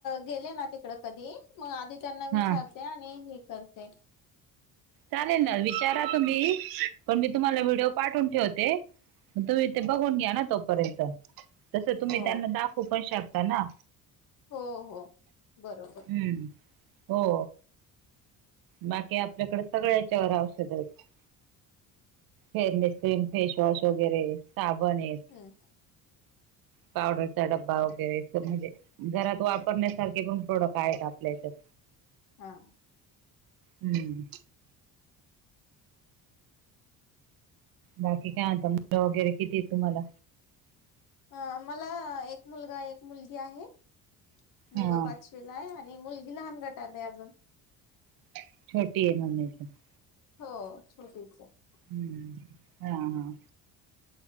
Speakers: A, on the left; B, on the right.
A: गेले ना तिकड कधी मग आधी त्यांना विचारतोय.
B: हा
A: ते आणि हे करते
B: चालेल ना विचारा तुम्ही पण मी तुम्हाला व्हिडिओ पाठवून ठेवते मग तुम्ही ते बघून घ्या ना तोपर्यंत. तसं तुम्ही
A: हो
B: त्यांना दाखवू पण शकता ना?
A: हो हो बरोबर
B: हम्म हो बाकी आपल्याकडे सगळ्या याच्यावर औषध आहेत. फेअरनेस क्रीम फेशवॉश वगैरे साबण आहेत?
A: हम्म.
B: पावडरचा डब्बा वगैरे तर म्हणजे घरात वापरण्यासारखे पण प्रोडक्ट आहेत आपल्या हच्यात?
A: हा.
B: हम्म. बाकी काय म्हत मुलं वगैरे किती य तुम्हाला?
A: अ मला एक मुलगा एक मुलगी आहे. मुलगा
B: हा.
A: पाचवीला आहे आणि मुलगी लहान गटात आहे अजून
B: छोटी आहे म
A: हो छोटीच आहे आहे.
B: हम्म हा हा.